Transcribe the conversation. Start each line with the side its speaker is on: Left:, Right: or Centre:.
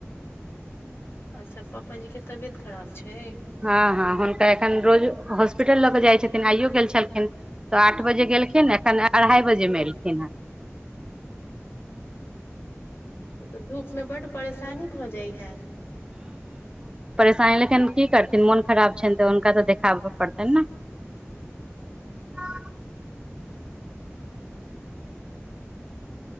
Left: अच्छा पापाजी के तबियत खराब छै
Right: हँ हँ हुनका एखन रोज हॉस्पिटल लऽ कऽ जाइ छथिन आइयो गेल छलखिन तऽ आठ बजे गेलखिन एखन अढ़ाई बजेमे एलखिन हन <inaudible>
Left: ह तऽ धूपमे बड्ड परेशानी भऽ जाइ हत
Right: साई लेकन की करथिन मोन खराब छै तऽ हुनका तऽ देखाबऽ पड़तनि ने ह